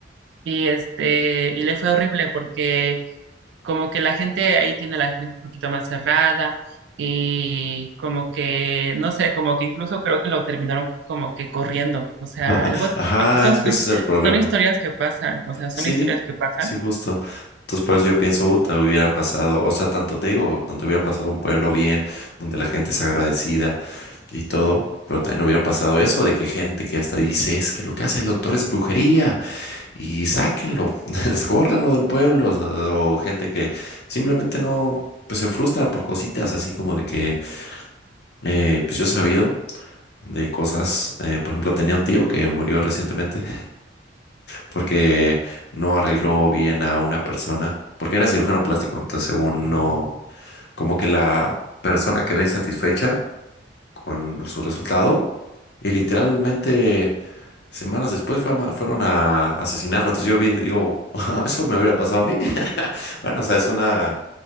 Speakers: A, on the right; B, on the left.
A: y este, y le fue horrible porque como que la gente ahí tiene la mente un poquito más cerrada y como que, no sé, como que incluso creo que lo terminaron como que corriendo. O sea,
B: <laughs>
A: algo,
B: ajá,
A: y son,
B: es que
A: es-
B: ese es el problema.
A: son historias que pasan, o sea, son
B: Sí,
A: historias que pasan.
B: sí, justo. Entonces por eso yo pienso, "Uta, hubiera pasado, o sea, tanto te digo, donde hubiera pasado un pueblo bien, donde la gente es agradecida y todo. Pero también hubiera pasado eso de que gente que hasta dice, es que lo que hace el doctor es brujería. y sáquenlo, <laughs> escórranlo del pueblo, o, o gente que simplemente no, pues se frustra por cositas así como de que, eh, pues yo he sabido de cosas, eh, por ejemplo, tenía un tío que murió recientemente porque no arregló bien a una persona, porque era cirujano plástico, entonces según no, como que la persona quedó insatisfecha con su resultado y literalmente... Semanas después fue a ma- fueron a asesinarlo. Entonces yo vi, digo, <laughs> eso me hubiera pasado a mí. Bueno, o sea, es una